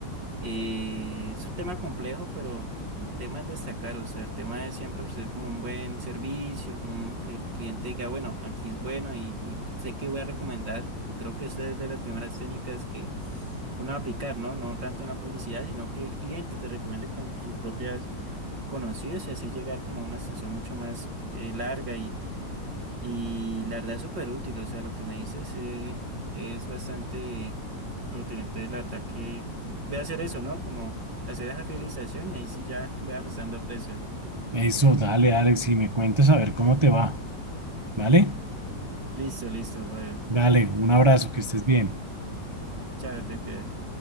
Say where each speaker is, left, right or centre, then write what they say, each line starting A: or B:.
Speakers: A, on the right (about 75°); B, on the right (about 20°).
A: eh, es un tema complejo, pero el tema es destacar, o sea, el tema es siempre ofrecer como un buen servicio, como un- que el cliente diga, bueno, aquí es bueno y, y sé que voy a recomendar. Y creo que esta es de las primeras técnicas que uno va a aplicar, ¿no? No tanto en la publicidad, sino que el cliente te recomiende con sus propias conocidos y así llegar como a una extensión mucho más eh, larga y la verdad es súper útil, o sea, lo que me dices eh, es bastante útil. Entonces, la verdad que voy a hacer eso, ¿no? Como hacer esa fidelización y ahí sí ya <laughs> voy ajustando precios.
B: Eso, dale, Alex, y me cuentas a ver cómo te va, ¿vale?
A: Listo, listo, Fabio.
B: Dale, un abrazo, que estés bien.
A: Chao, te cuidas.